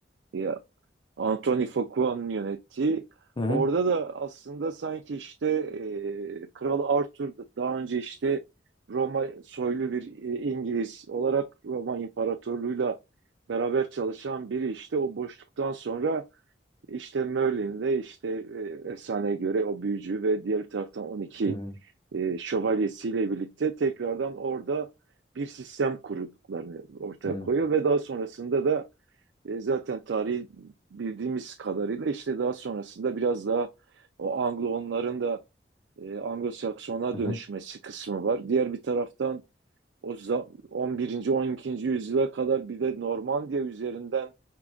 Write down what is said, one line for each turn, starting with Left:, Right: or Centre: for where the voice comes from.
Right: E, Anthony Fuqua'nın yönettiği.
Left: hı hı
Right: Orada da aslında sanki işte e, Kral Arthur da- daha önce işte Roma soylu bir e, İngiliz olarak Roma İmparatorluğu'yla beraber çalışan biri işte o boşluktan sonra işte Merlin'de işte e, efsaneye göre o büyücü ve diğer bir taraftan 12
Left: hı
Right: e, şövalyesiyle birlikte tekrardan orada bir sistem kurduklarını ortaya
Left: hı
Right: koyuyor ve daha sonrasında da e, zaten tarihi bildiğimiz kadarıyla işte daha sonrasında biraz daha o Anglo-onların da e, Anglo-Sakson'a
Left: hı
Right: dönüşmesi
Left: hı
Right: kısmı var. Diğer bir taraftan o za- 11. 12. yüzyıla kadar bir de Normandiya üzerinden